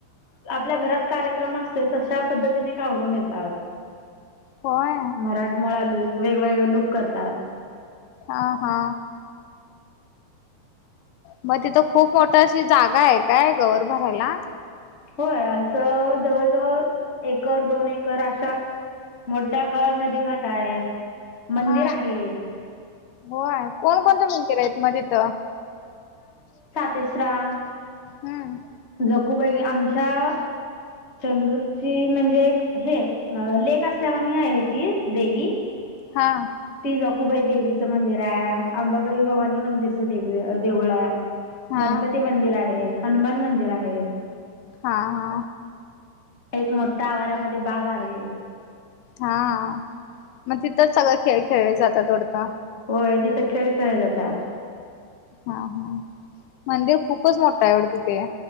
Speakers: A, on the left (about 70°); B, on the left (about 80°).
A: आपल्या घरात कार्यक्रम असतय तशा पद्धतीने आवरून येतात.
B: होय
A: मराठमोळा लूक वेगवेगळे लूक करतात.
B: आ हा. मग तिथं खूप मोठ अशी जागा आहे काय गौर भरायला.
A: होय असं जवळजवळ एकर दोन एकर अशा मोठा <unintelligible> नदी घाटा आहे. मंदिर
B: हा
A: आहे
B: होय. कोण कोणतं मंदिर आहेत मग तिथं.
A: तेश्रम.
B: हम्म.
A: जकूबाई आमच्या चंदूरची म्हणजे एक हे लेक असल्यावाणी आहे ती देवी
B: हा
A: ती जकूबाई देवीचं मंदिर आहे अंबाबाई भवानी मंदिरचं देवी देऊळ आहे
B: हा
A: गणपती मंदिर आहे, हनुमान मंदिर आहे
B: हा, हा
A: एक मोठा आवारामध्ये बाग आहे
B: हा मग तिथंच सगळ खेळ खेळले जातात वाटत
A: होय तिथं खेळ खेळले जातात
B: हा, हा मंदिर खूपच मोठं आहे वाटत ते